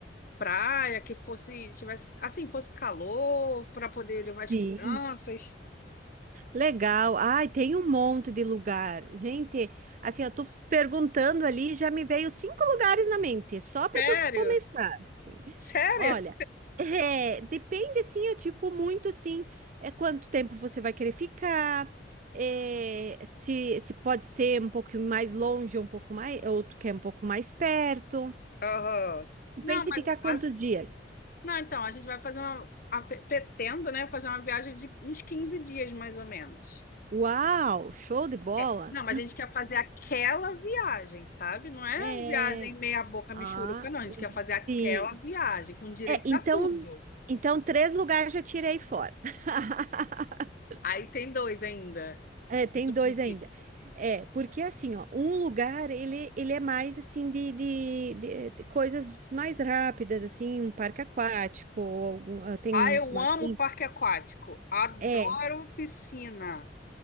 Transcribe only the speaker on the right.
sim.
Legal. Ai, tem um monte de lugar. Gente, assim, eu tô perguntando ali, já me veio cinco lugares na mente, só para
tu começar, assim.
Olha, é, depende, sim, é tipo muito, sim, é quanto tempo você vai querer ficar, é, se, se pode ser um pouquinho mais longe, um pouco mais, ou tu quer um pouco mais perto.
Tu
pensa em ficar quantos
dias?
Uau, show de bola.
É,
ah,
sim.
É, então,
então três lugares já tirei fora. <laughs>
É, tem
dois
ainda. É, porque assim, ó, um lugar ele, ele é mais assim de, de, de- de coisas mais rápidas, assim, um parque aquático, ou algum, ah, tem
uma,
assim,
é,